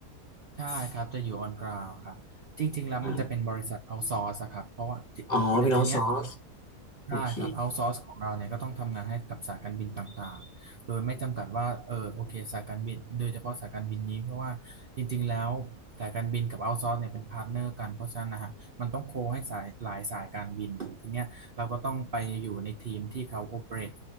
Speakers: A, on the right (about 50°); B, on the left (about 30°).
A: ใช่ครับจะอยู่ออนกราวครับจริงๆแล้วมันจะเป็นบริษัทเอาซอสครับเพราะว่าที่แต่ทีเนี้ย
B: อ่าอ๋อเป็นออซอร์สโอเค
A: ใช่ครับเอาซอร์สของเราเนี่ยก็ต้องทำงานให้กับสายการบินต่างๆโดยไม่จำกัดว่าเออโอเคสายการบินโดยเฉพาะสายการบินนี้เพราะว่าจริงๆแล้วสายการบินกับเอาซอร์สเนี่ยเป็นพาร์ทเนอร์กันเพราะฉะนั้นนะฮะมันต้องโคให้สายหลายสายการบินทีเนี้ยเราก็ต้องไปอยู่ในทีมที่เขาโอเปเรต